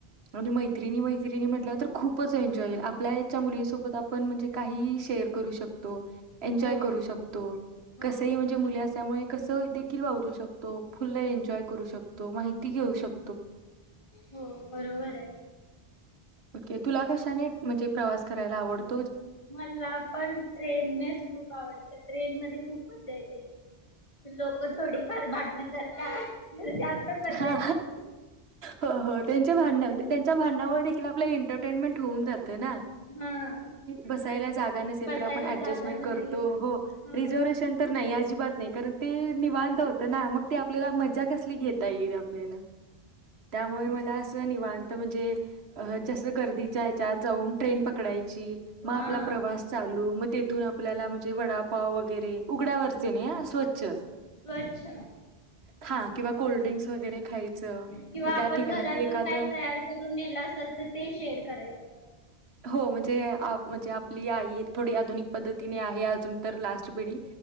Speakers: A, on the right (about 75°); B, on the left (about 30°).
A: आणि मैत्रिणी, मैत्रिणी म्हणल्या नंतर तर खूपच एन्जॉय आपल्या एज याच्या मुलींसोबत आपण म्हणजे काही शेअर करू शकतो. एन्जॉय
B: हो
A: करू शकतो
B: हो
A: कस ही म्हणजे मुली असल्यामुळे कसो दि देखील वावरू शकतो, फुल एन्जॉय करू शकतो, माहिती घेऊ शकतो.
B: हो बरोबर आहे.
A: ओके तुला कशाने म्हणजे प्रवास करायला आवडत
B: मला पण ट्रेननेच खूप आवडतं ट्रेन मध्ये खूप मज्जायेते लोक थोडीफार भाडणं करतात त्यात पण मजा
A: हा
B: येते.
A: हो हो त्यांचे भांडण होते त्यांच्या भांनामुळे देखील आपल्या एंटरटेनमेंट होऊन जात होत ना
B: हा
A: बसायला जागा नसेल तर आपण बसायला जागा नसेल
B: बसायला
A: तर आपण ऍडजस्टमेंट
B: जागा नाही.
A: करतो हो
B: हा
A: रिझर्वेशन तर नाही अजिबात नाही कारण ते निवांत होत ना मग ते आपल्याला मजा कसली घेत येईल आपल्याला त्यामुळे मला अस निवांत म्हणजे जस गर्दीच्या ह्याचात जाऊन ट्रेन पकडायची मग आपला
B: हा
A: प्रवास चालू मग तेथून आपल्याला म्हणजे वडापाव वगैरे उघडं वरते स्वच्छ
B: स्वच्छ
A: खा किंवा कोल्ड्रिंक्स वैगरे खायच मग
B: किंवा आपण
A: त्या ठिकाणातली
B: घरातून
A: एखाद
B: काय तयार करून नेलं असेल तर ते शेअर करायचं.
A: हो म्हणजे आ म्हणजे आपली आई एक थोडी आधुनिक पद्धतीने आहे अजून तर लास्ट पिढी